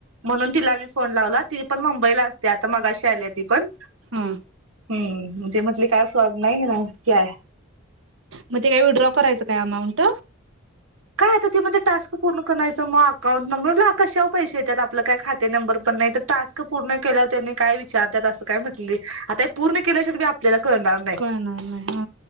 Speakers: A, on the right (about 80°); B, on the right (about 65°).
A: म्हणून तिला मी फोन लावला ती पण मुंबईला असत्या आता मगाशी आल्या ती पण
B: हा
A: हम्म म ते म्हटले काय स्वाग नाई ना काय
B: मग ते विड्रॉ करायचं काय अमाऊंट
A: काय आता ते म्हणत्यात टास्क पूर्ण करायचं. मग अकाउंट नंबर ला कशाव पैसे येतात. आपलं काय खात ते नंबर पण नाही. तर टास्क पूर्ण केल्यावर तेनी काय विचारतात असं काय म्हटली? आता हे पूर्ण केल्याशिवाय बी आपल्याला कळणा
B: कळणार नाय हा.